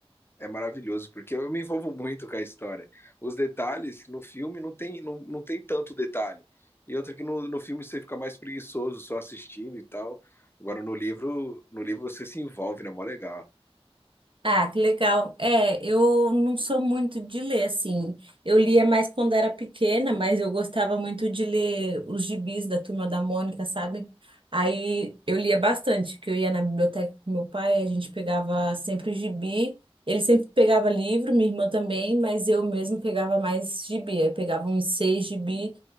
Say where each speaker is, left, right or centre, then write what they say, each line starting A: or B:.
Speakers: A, on the left; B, on the right.
A: é maravilhoso, porque eu me envolvo muito com a história. Os detalhes no filme não tem, não, não tem tanto detalhe. E outra que no, no filme você fica mais preguiçoso só assistindo e tal. Agora no livro, no livro você se envolve, né? Mó legal.
B: Ah, que legal. É, eu não sou muito de ler, assim. Eu lia mais quando era pequena, mas eu gostava muito de ler os gibis da Turma da Mônica, sabe? Aí eu lia bastante, porque eu ia na biblioteca com meu pai, a gente pegava sempre o gibi. Ele sempre pegava livro, minha irmã também, mas eu mesmo pegava mais gibi. Eu pegava uns seis gibi